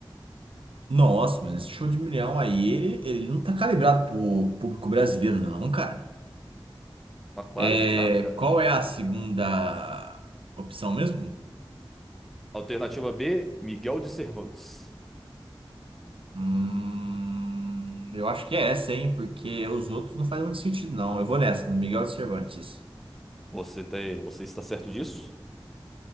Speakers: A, on the right (about 70°); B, in the centre.
A: Nossa, mas esse show de milhão aí, ele, ele não tá calibrado pro público brasileiro, não, cara.
B: Mas claro
A: É,
B: que tá, cara.
A: qual é a segunda opção mesmo?
B: Alternativa B, Miguel de Cervantes.
A: Hum, eu acho que é essa, hein? Porque os outros não fazem muito sentido, não. Eu vou nessa, no Miguel de Cervantes.
B: Você tem, você está certo disso?